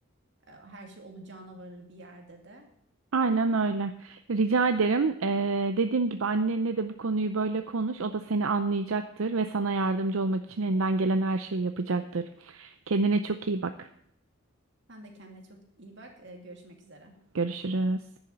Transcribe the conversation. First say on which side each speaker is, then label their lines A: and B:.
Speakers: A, on the right (about 60°); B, on the right (about 80°).
A: e, her şey olacağına varır bir yerde de.
B: Aynen öyle. Rica ederim. Ee, dediğim gibi annenle de bu konuyu böyle konuş. O da seni anlayacaktır ve sana yardımcı olmak için elinden gelen her şeyi yapacaktır. Kendine çok iyi bak.
A: Sen de kendine çok iyi bak. Ee, görüşmek üzere.
B: Görüşürüz.